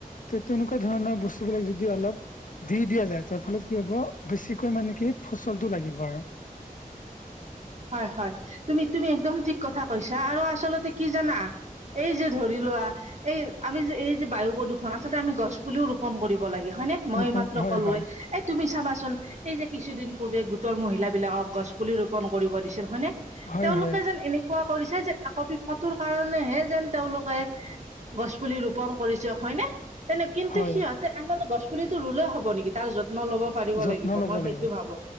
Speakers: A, on the left; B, on the right.
A: ত তেনেকুৱা ধৰণৰ বস্তু যদি অলপ দি দিয়া যায় তাৰ ফলত কি হ'ব বেছিকৈ মানে কি ফচলতটো লাগিব আৰু
B: হয় হয় তুমি তুমি একদম ঠিক কথা কৈছা আৰু আচলতে কি জানা এই যে ধৰি লোৱা। এই আমি যে এই যে বায়ু প্ৰদূষণ আচলতে আমি গছ পুলিও ৰোপন কৰিব লাগে হয় নে মই
A: ৰোপন
B: মাত্ৰ
A: হয়
B: কলোৱে
A: হয়
B: এই তুমি চাবাচোন এই যে কিছুদিন পূৰ্বে গোটৰ মহিলা বিলাকক গছ পুলি ৰোপন কৰিব দিছিল হয়নে
A: হয়
B: তেওঁলোকে
A: হয়
B: যেন এনেকুৱা কৰিছে যে একপি ফটোৰ কাৰণেহে যেন তেওঁলোকে গছ পুলি ৰোপন কৰিছে হয়নে তেনে কিন্তু
A: হয়
B: সিহঁত আনে গছ পুলিটো ৰুলে হ'ব নেকি তাৰ যত্ন লব পাৰিব
A: যত্ন
B: লাগিব
A: ল'ব
B: মই সেইটো
A: লাগিব
B: ভাবো